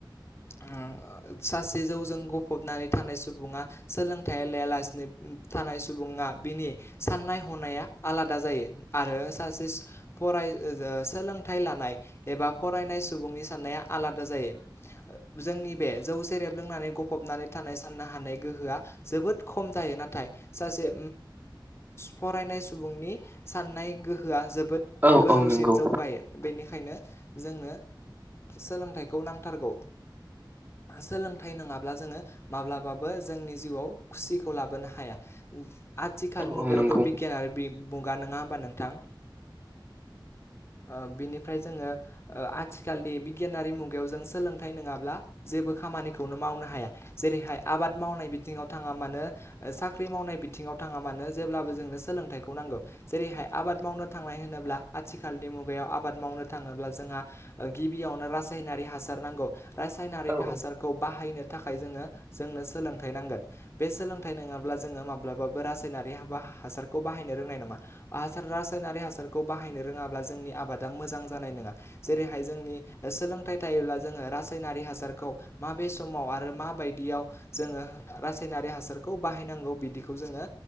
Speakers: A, on the left; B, on the right.
A: बा सासे जौजों गफबनानै थानाय सुबुङा सोलोंथाइ लायालासिनो थानाय सुबुङा बिनि साननाय हनाया आलादा जायो आरो सासे फराय सोलोंथाइ लानाय एबा फरायनाय सुबुंनि साननाया आलादा जायो जोंनि बे जौ जेरेब लोंनानै गफबनानै थानाय साननो हानाय गोहोआ जोबोद खम जायो नाथाय सासे फरायनाय सुबुंनि साननाय गोहोआ जबो जोबोद
B: औ
A: गोजौसिम
B: औ नंगौ
A: जौ गायो बेनिखायनो बेखायनो जोंनो सोलोंथाइखौ नांथारगौ सोलोंथाइ नङाब्ला जोङो माब्लाबाबो जोंनि जिउआव खुसिखौ लाबोनो हाया आथिखाल
B: औ
A: मुगायावथ'
B: औ नंगौ
A: बिगियान आरो मुगा नङा होमबा नोंथां <inaudible> ओ बिनिफ्राय जोङो आथिखालनि बिगियानारि मुगायाव जों सोलोंथाइ नङाब्ला जेबो खामानिखौनो मावनो हाया जेरैहाय आबाद मावनाय बिथिङाव थाङा मानो साख्रि मावनाय बिथिङाव थाङा मानो जेब्लाबो जोंनो सोलोंथाइखौ नांगौ जेरैहाय आबाद मावनो थांनाय होनोब्ला आथिखाल बे मुगायाव आबाद मावनो थाङोब्ला जोंहा गिबियावनो रासायनारि हासार नांगौ रासायनारि
B: औ औ
A: हासारखौ बाहायनो थाखाय जोङो जोंनो सोलोंथाइ नांगोन बे सोलोंथाइ नङाब्ला जोङो माबा ब्लाबाबो रासायनारि हासार बायनो रोंनाय नङा हासार रासायनारि हासारखौ बाहायनो रोङाब्ला जोंनि आबादा मोजां जानाय नङा जेरैहाय जोंनि सोलोंथाइ थायोब्ला जोङो रासायनारि हासारखौ माबे समाव आरो माबायदियाव जोङो रासायनारि हासारखौ बाहायनांगौ बिदिखौ खौ जोङो